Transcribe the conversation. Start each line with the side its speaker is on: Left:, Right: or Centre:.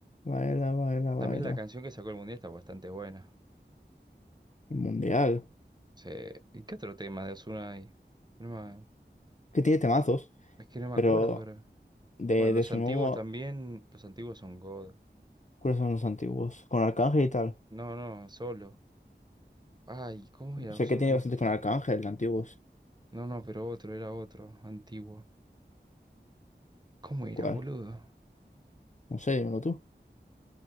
Left: baila, baila,
Right: También
Left: baila.
Right: la canción que sacó el Mundial está bastante buena.
Left: El mundial.
Right: Se- ¿Y qué otro tema de Ozuna hay? No me-
Left: Que tiene temazos,
Right: es que no me
Left: pero
Right: acuerdo ahora.
Left: de,
Right: Bueno, los
Left: de su
Right: antiguos
Left: nuevo,
Right: también. Los antiguos son God.
Left: ¿cuáles son los antiguos? Con Arcángel y tal.
Right: No, no, solo. Ay, ¿cómo era Ozuna
Left: Sé que tiene
Right: antiguo?
Left: bastante con Arcángel, antiguos.
Right: No, no, pero otro, era otro, antiguo. ¿Cómo era,
Left: ¿Cuál?
Right: boludo?
Left: No sé, dímelo tú.